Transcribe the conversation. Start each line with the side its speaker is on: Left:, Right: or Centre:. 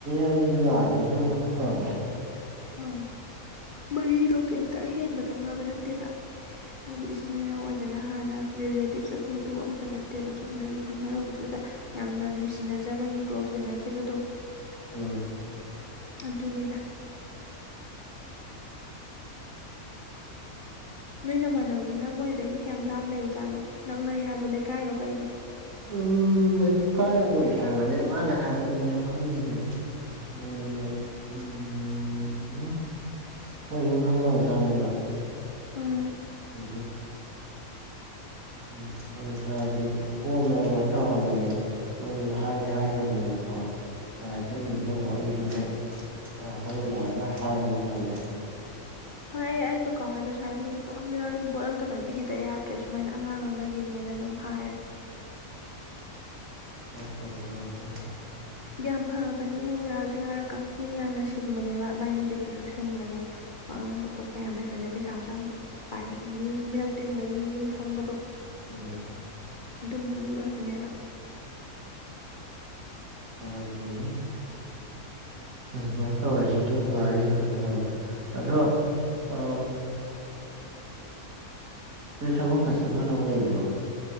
Right: ꯑꯩꯗꯣ ꯂꯥꯛꯑꯒꯦ ꯑꯗꯨ ꯀꯩꯅꯣ ꯇꯧꯔꯒꯦ
Left: ꯑ ꯃꯔꯤꯗꯣ ꯀꯩꯝꯇ ꯑꯍꯦꯟꯕ ꯊꯣꯛꯅꯕ ꯅꯠꯇꯦꯕ ꯍꯥꯏꯗꯤ ꯁꯤꯅ ꯑꯣꯏꯗꯅ ꯍꯥꯟꯅ ꯔꯤꯂꯦꯇꯤꯞꯁ ꯑꯗꯨꯗꯨ ꯑꯝꯇ ꯅꯠꯇꯦꯕ ꯆꯨꯝꯅꯒꯤ ꯈꯪꯅꯔꯨꯕꯗꯨꯗ ꯌꯥꯝꯅ ꯅꯨꯡꯁꯤꯅꯖꯕꯒꯤ ꯀ꯭ꯂꯣꯁ ꯑꯣꯏꯅꯈꯤꯕꯗꯣ
Right: ꯑꯥ
Left: ꯑꯗꯨꯅꯤꯗ ꯅꯣꯏ ꯅ ꯃꯥꯟꯅꯕꯗꯨꯅ ꯃꯣꯏꯗꯒꯤ ꯀꯌꯥꯝ ꯂꯥꯞ ꯂꯩꯔꯤꯖꯥꯠꯅꯣ ꯅꯪꯅꯩ ꯍꯥꯏꯕꯣ ꯂꯩꯀꯥꯏꯔꯣ ꯀꯩꯅꯣ
Right: ꯎꯝ ꯂꯩꯀꯥꯏ ꯑꯣꯏ ꯍꯥꯏꯕꯅꯦ ꯃꯥꯅ ꯍꯥꯏꯔꯛꯅ ꯈꯪꯁꯦ ꯑꯦ ꯎꯝ ꯃꯣꯏ ꯑꯗꯨꯝ ꯈꯪꯗꯅꯕꯖꯥꯠꯅꯦꯕ
Left: ꯎꯝ
Right: ꯍꯦ ꯎꯝ ꯍꯇꯥꯔꯗꯤ ꯀꯣꯝꯃꯦꯌꯥꯝꯃꯅ ꯊꯧꯍꯜꯂꯒꯦ ꯍꯥꯏꯗꯤ ꯍꯥꯏꯈ꯭ꯔꯕꯅꯦꯕꯀꯣ ꯍꯥꯏꯐꯠꯅꯤꯡꯖꯕ
Left: ꯎꯝ
Right: ꯑꯩꯁꯨ ꯍꯦꯛ ꯑ ꯐꯕꯨ ꯂꯑꯒ ꯍꯥꯏꯕ ꯇꯂꯦ
Left: ꯍꯣꯏ ꯑꯩ ꯑꯩ ꯀꯀꯥ ꯍꯥꯏꯅ ꯀꯥꯎ ꯌꯥꯎ ꯄꯣꯠ ꯑꯝꯇ ꯄꯥꯏꯕꯤꯈꯤꯗ ꯌꯥꯗ꯭ꯔꯦ ꯁꯨꯃꯥꯏꯅ ꯑꯉꯥꯡ ꯑꯃꯒꯤꯅꯦꯅ ꯑꯗꯨꯝ ꯍꯥꯏꯔꯒꯦ
Right: ꯍꯣꯏ ꯇꯧ ꯑꯗꯨ
Left: ꯌꯥꯝ ꯐꯕꯅꯦ ꯌꯥꯁꯨ ꯌꯥꯔꯀꯥꯟꯗ ꯃꯤ ꯌꯥꯝꯅ ꯁꯤꯡꯕꯅꯦꯕ ꯃꯥꯏ ꯅꯨꯄꯤꯗꯨꯁꯨ ꯁꯤꯡꯕꯅꯦ ꯋꯥꯉꯥꯡꯕ ꯈꯣꯠꯄ ꯌꯥꯝ ꯍꯩꯕꯅꯤ ꯄꯩꯁꯥꯁꯨ ꯌꯥꯝ ꯄꯥꯏꯕꯅꯦ ꯃꯤ ꯃꯤꯔꯛ ꯇꯤꯟꯕꯒꯤ ꯃꯤ ꯈꯪꯕꯗꯣ
Right: ꯎꯝ
Left: ꯑꯗꯨꯝꯕ ꯃꯤ ꯑꯣꯏꯕꯅꯦꯕ
Right: ꯑ ꯇ ꯎ ꯁꯃꯥꯏꯅ ꯇꯧꯔꯁꯤ ꯍ ꯈ ꯇꯧꯔꯒ ꯑꯅ ꯑ ꯅꯣꯏ ꯊꯕꯛꯀ ꯆꯠꯂ ꯊꯕꯛ ꯂꯩꯕ꯭ꯔꯣ